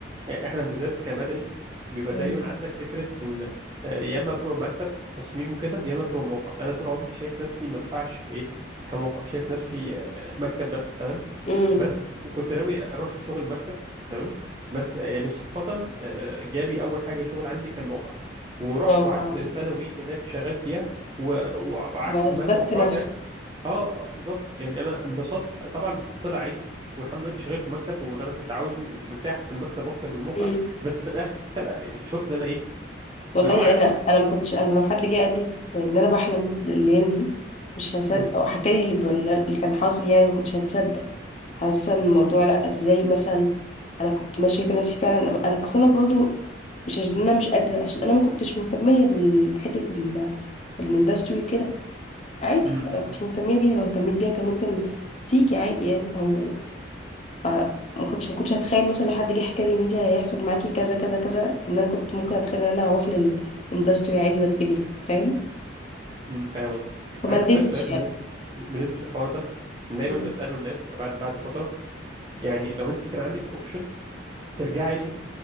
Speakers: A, on the right; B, on the left.
A: احنا بالذات كمدني بيبقى
B: مم.
A: دايما عندك فكره ان آه، يا اما بتبقى مكتب تصميم وكده يا اما بتبقى موقع انا طول عمري شايف نفسي ما ينفعش ايه كموقع شايف نفسي آه، مكتب بس تمام
B: امم
A: بس وكنت ناوي اروح شغل مكتب تمام بس آه، يعني صدفه آه، جالي اول حاجه شغل عندي كان موقع ورحت
B: اتوقع
A: وقعدت ثانوي هناك شغال فيها و- و- وعكس
B: واثبتت
A: ما توقعت
B: نفسي
A: يعني اه اه آه، بالظبط يعني انا انبسطت طبعا طلع عيني والحمد لله دلوقتي شغال في المكتب واللي انا كنت عاوزه ومرتاح في المكتب اكتر من الموقع
B: امم
A: بس في الاخر آه، يعني شفت ان انا ايه
B: والله
A: لو عاوز
B: انا انا ما كنتش انا لو حد جه قال لي ف- ان انا بحلم الايام دي مش هصدق
A: م-
B: او حكى لي اللي ب- اللي كان حاصل يعني ما كنتش هتصدق حاسه ان الموضوع لا ازاي مثلا انا كنت ما شايفه نفسي فعلا انا اصلا برضو مش عشان انا مش قادره عشان انا ما كنتش مهتميه بال- بحته ال- الاندستري كده عادي
A: م- م-
B: لو كنتش مهتمية بيها لو اهتميت بيها كان ممكن تيجي عادي يعني او ف ما كنتش ما كنتش هتخيل مثلا لو حد جه حكى لي ان انت هيحصل معاكي كذا كذا كذا ان انا كنت ممكن اتخيل ان انا هروح للاندستري عادي واتقبل فاهم
A: م- م- فاهم قصدي
B: فما
A: عندي
B: ندمتش
A: طيب سؤال بالن-
B: يعني
A: بالنسبه للحوار ده دايما
B: <laughs> مم.
A: بساله الناس بعد بعد فتره يعني لو انت كان عندك الاوبشن ترجعي